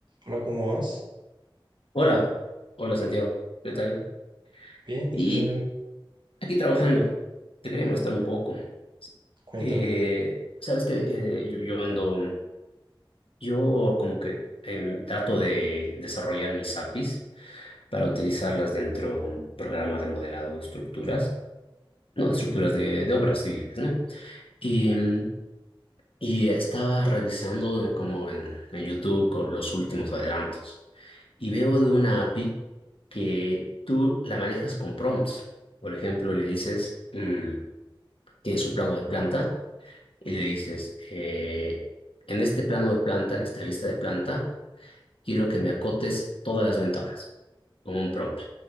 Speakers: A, on the right (about 55°); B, on the left (about 85°).
A: Hola, ¿cómo vas?
B: Hola, hola Santiago, ¿qué tal?
A: Bien,
B: Y
A: sí, señor.
B: aquí trabajando, te quería molestar un poco.
A: Cuéntame.
B: Eh, sabes que eh, yo, yo ando, yo como que em, trato de desarrollar mis APIs para utilizarlas dentro de un programa de modelado de estructuras, no, de estructuras de, de obras civiles, ¿no? Y, mm, y estaba revisando como en, en YouTube co- los últimos adelantos. Y veo de una API que tú la manejas con prompts. Por ejemplo, le dices, mm, tienes un plano de planta y le dices, eh, en este plano de planta, en esta vista de planta, quiero que me acotes todas las ventanas con un prompt.